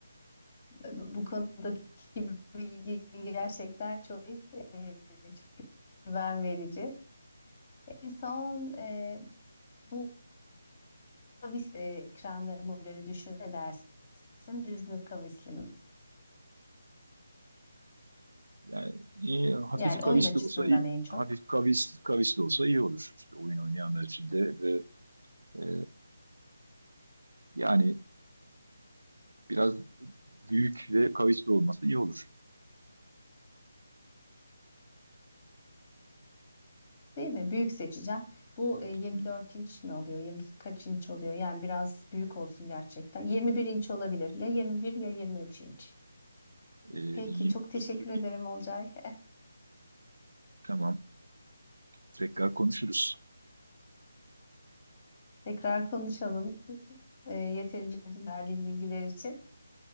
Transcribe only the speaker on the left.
bu konudaki bilgi gerçekten çok e, çok güven verici. En son e, bu kavis e, ekranları modelleri düşün edersin düz mü kavisli mi?
Yani
oyun açısından
en çok
değil mi? Büyük seçeceğim. Bu e, 24
inç mi oluyor? 20 kaç inç oluyor? Yani biraz büyük olsun gerçekten. 21 inç olabilir. Ya 21 ya 23 inç.
Peki
çok teşekkür
ederim Olcay.
<laughs> Tekrar konuşalım. Ee, yeterince verdiğim bilgiler için.